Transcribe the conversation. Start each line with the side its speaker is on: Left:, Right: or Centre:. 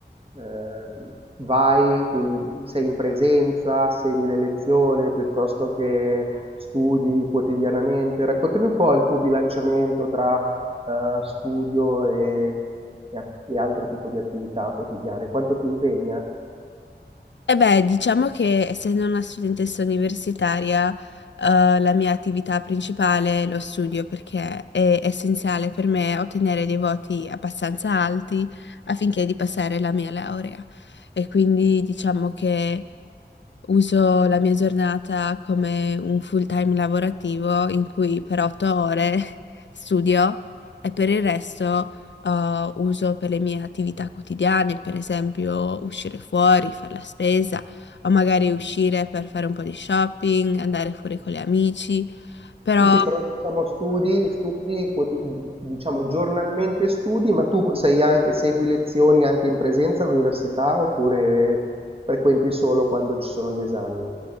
Right: ehm, vai, quindi sei in presenza, segui le lezioni piuttosto che studi quotidianamente. Raccontami un po' il tuo bilanciamento tra eh, studio e, e a- e altro tipo di attività quotidiane, quanto ti impegna?
Left: E beh, diciamo che essendo una studentessa universitaria, eh, la mia attività principale è lo studio perché è essenziale per me ottenere dei voti abbastanza alti affinché di passare la mia laurea. E quindi diciamo che Uso la mia giornata come un full-time lavorativo in cui per otto ore <laughs> studio e per il resto eh, uso per le mie attività quotidiane, per esempio uscire fuori, fare la spesa o magari uscire per fare un po' di shopping, andare fuori con gli amici, però
Right: Sì, sì, però diciamo studi, studi, quoti- diciamo giornalmente studi, ma tu sei anche, segui lezioni anche in presenza all'università oppure frequenti solo quando ci sono gli esami?